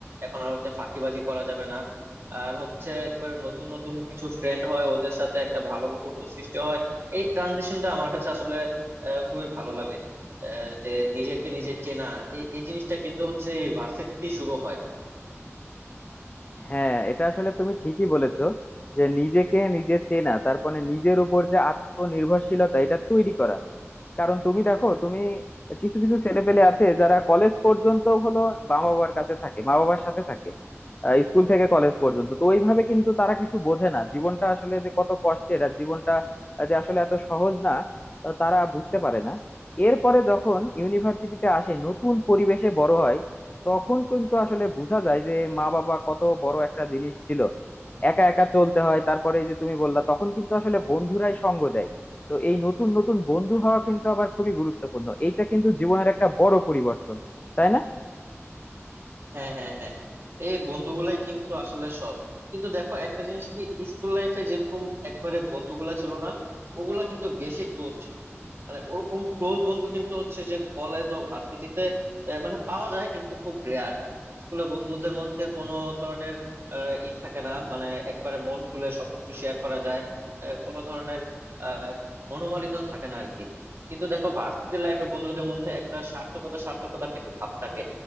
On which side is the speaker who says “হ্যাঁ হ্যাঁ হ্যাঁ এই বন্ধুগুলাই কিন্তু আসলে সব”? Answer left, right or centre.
Right